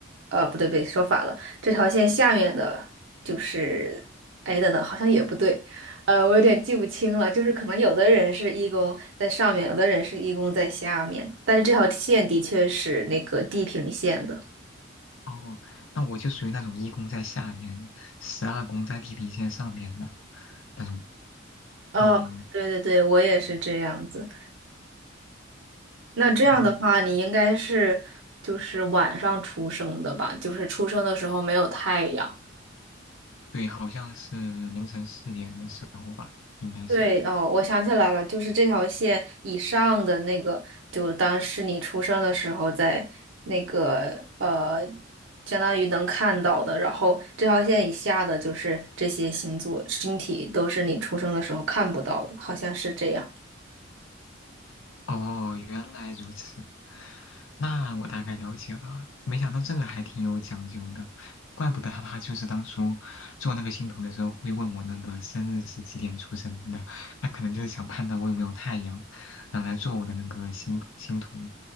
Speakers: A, on the right; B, on the left.
A: 呃，不对不对，说反了，这条线下面的就是，哎，等等，好像也不对，呃，我有点记不清了，就是可能有的人是义工在上面，有的人是义工在下面，但是这条线的确是那个地平线的。
B: 哦，那我就属于那种一宫在下面，十二宫在地平线上面的那种。
A: 哦，
B: 嗯，
A: 对对对，我也是这样子。那这样的话，
B: 哦，
A: 你应该是就是晚上出生的吧？就是出生的时候没有太阳。
B: 对，好像是凌晨四点的时候吧，应该是。
A: 对，哦，我想起来了，就是这条线以上的那个，就当是你出生的时候在那个呃，相当于能看到的，然后这条线以下的就是这些星座星体都是你出生的时候看不到的，好像是这样。
B: 哦，原来如此，那我大概了解了。没想到这个还挺有讲究的，怪不得他他就是当初做那个星图的时候会问我那个生日是几点出生的，他可能就是想判断我有没有太阳，然后来做我的那个星星图。